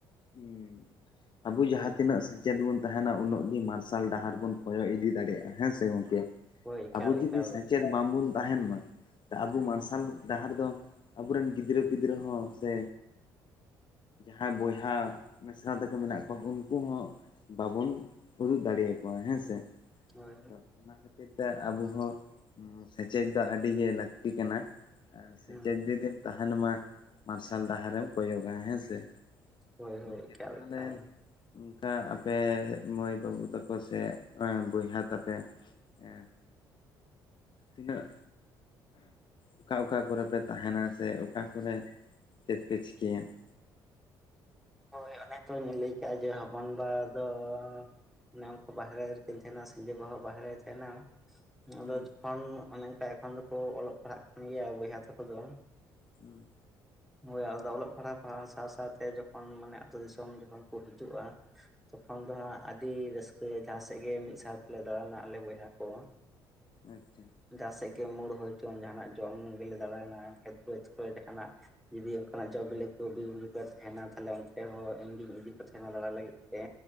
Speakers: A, on the left (about 50°); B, in the centre.
A: ᱦᱩᱸ ᱟᱵᱚ
B: ᱦᱳᱭ
A: ᱡᱟᱦᱟᱸ ᱛᱤᱱᱟᱹᱜ ᱥᱮᱪᱮᱫ ᱵᱚᱱ ᱛᱟᱦᱮᱱᱟ ᱩᱱᱟᱹᱜ ᱜᱮ ᱢᱟᱨᱥᱟᱞ ᱰᱟᱦᱟᱨ ᱵᱚᱱ ᱠᱷᱚᱭᱚᱜ ᱤᱫᱤ ᱫᱟᱲᱮᱭᱟᱜᱼᱟ ᱦᱮᱸ ᱥᱮ ᱜᱚᱝᱠᱮ
B: ᱦᱳᱭ ᱮᱠᱟᱞ
A: ᱟᱵᱚ ᱡᱩᱫᱤ
B: ᱮᱠᱟᱞ
A: ᱥᱮᱪᱮᱫ ᱵᱟᱝᱵᱚᱱ ᱛᱟᱦᱮᱱ ᱢᱟ ᱟᱵᱚ
B: ᱦᱳᱭ
A: ᱢᱟᱨᱥᱟᱞ ᱰᱟᱦᱟᱨ ᱫᱚ ᱟᱵᱚᱨᱮᱱ ᱜᱤᱫᱽᱨᱟᱹ ᱯᱤᱫᱽᱨᱟᱹ ᱦᱚᱸ ᱥᱮ ᱡᱟᱦᱟᱸᱭ ᱵᱚᱭᱦᱟ ᱦᱟᱸ ᱢᱤᱫᱥᱟᱶ ᱛᱟᱠᱚ ᱢᱮᱱᱟᱜ ᱠᱚᱣᱟ ᱩᱱᱠᱩ ᱦᱚᱸ ᱵᱟᱵᱩᱱ ᱩᱫᱩᱜ ᱫᱟᱲᱮ ᱟᱠᱠᱚᱣᱟ ᱦᱮᱸᱥᱮ
B: ᱦᱳᱭ
A: ᱛᱚ ᱚᱱᱟ ᱠᱷᱟᱹᱛᱤᱨ ᱛᱮ ᱟᱵᱚ ᱦᱚᱸ ᱥᱮᱪᱮᱫ ᱫᱚ ᱟᱹᱰᱤ ᱜᱮ ᱞᱟᱹᱠᱛᱤ ᱠᱟᱱᱟ ᱟᱨ ᱥᱮᱪᱮᱫ
B: ᱦᱩᱸ
A: ᱡᱩᱫᱤᱢ ᱛᱟᱦᱮᱱ ᱢᱟ ᱢᱟᱨᱥᱟᱞ ᱰᱟᱦᱟᱨᱮᱢ ᱠᱚᱭᱚᱜᱟ ᱦᱮᱸ ᱥᱮ
B: ᱦᱳᱭ
A: ᱜᱚᱝᱠᱮ
B: ᱦᱳᱭ ᱮᱠᱟᱞ
A: ᱛᱟᱦᱚᱞᱮ
B: ᱮᱠᱟᱞ
A: ᱚᱱᱠᱟ ᱟᱯᱮ ᱢᱟᱹᱭ ᱵᱟᱹᱵᱩ ᱛᱟᱠᱚ ᱥᱮ ᱵᱚᱭᱦᱟ ᱛᱟᱯᱮ ᱦᱮᱸ ᱛᱤᱱᱟᱹᱜ ᱚᱠᱟ ᱚᱠᱟ ᱠᱚᱨᱮ ᱯᱮ ᱛᱟᱦᱮᱱᱟ ᱥᱮ ᱚᱠᱟ ᱠᱚᱨᱮ ᱪᱮᱫ ᱯᱮ ᱪᱤᱠᱟᱹᱭᱟ <inaudible>
B: ᱦᱳᱭ ᱚᱱᱮ ᱛᱧ ᱞᱟᱹᱭ ᱠᱟᱜᱼᱟ ᱡᱮ ᱦᱚᱯᱚᱱᱵᱟ ᱫᱚ ᱚᱱᱮ ᱚᱱᱠᱟ ᱵᱟᱦᱨᱮ ᱨᱮᱠᱤᱱ ᱛᱟᱦᱮᱱᱟ ᱥᱤᱸᱫᱤ ᱵᱟᱦᱟ ᱵᱟᱦᱨᱮᱭ ᱛᱟᱦᱮᱱᱟ ᱟᱫᱚ
A: ᱦᱩᱸ
B: ᱡᱚᱠᱷᱚᱱ ᱚᱱᱮ ᱚᱱᱠᱟ ᱛᱚᱠᱷᱚᱱ ᱫᱚᱠᱚ ᱚᱞᱚᱜ ᱯᱟᱲᱦᱟᱜ ᱠᱟᱱ ᱜᱮᱭᱟ ᱵᱚᱭᱦᱟ ᱛᱟᱠᱚ ᱫᱚ
A: ᱦᱮᱸ
B: ᱦᱳᱭ ᱟᱞᱫᱟ ᱚᱞᱚᱜ ᱯᱟᱲᱦᱟᱜ ᱥᱟᱶ ᱥᱟᱶᱛᱮ ᱡᱚᱠᱷᱚᱱ ᱢᱟᱱᱮᱛᱳ ᱫᱤᱥᱚᱢ ᱡᱚᱠᱷᱚᱱ ᱠᱚ ᱦᱤᱡᱩᱜᱼᱟ ᱛᱚᱠᱷᱚᱱ ᱫᱚ ᱦᱟᱸᱜ ᱟᱹᱰᱤ ᱨᱟᱹᱥᱠᱟᱹ ᱨᱟᱹᱥᱠᱟᱹ ᱡᱟᱦᱟᱸ ᱥᱮᱫ ᱜᱮ ᱢᱤᱫ ᱥᱟᱶᱛᱮᱞᱮ ᱫᱟᱬᱟᱱᱟ ᱟᱞᱮ ᱵᱚᱭᱦᱟ ᱠᱚ
A: ᱟᱪᱪᱷᱟ
B: ᱡᱟᱦᱟᱸ ᱥᱮᱫ ᱢᱳᱲ ᱦᱩᱭ ᱦᱚᱪᱚᱝ ᱡᱟᱦᱟᱱᱟᱜ ᱡᱚᱢ ᱜᱮᱞᱮ ᱫᱟᱬᱱᱟ ᱠᱷᱮᱛ ᱵᱫᱽ ᱠᱚᱨᱮ ᱡᱟᱦᱟᱱᱟᱜ ᱡᱩᱫᱤ ᱚᱱᱠᱟᱱᱟᱜ ᱡᱚ ᱵᱤᱞᱮ ᱵᱤᱨᱵᱩᱨᱩ ᱠᱚ ᱛᱟᱦᱮᱱᱟ ᱛᱟᱦᱞᱮ ᱚᱱᱛᱮ ᱦᱚᱸ ᱤᱧᱜᱤᱧ ᱤᱫᱤ ᱠᱚ ᱛᱟᱦᱮᱱᱟ ᱫᱟᱬᱟ ᱞᱟᱹᱜᱤᱫ ᱛᱮ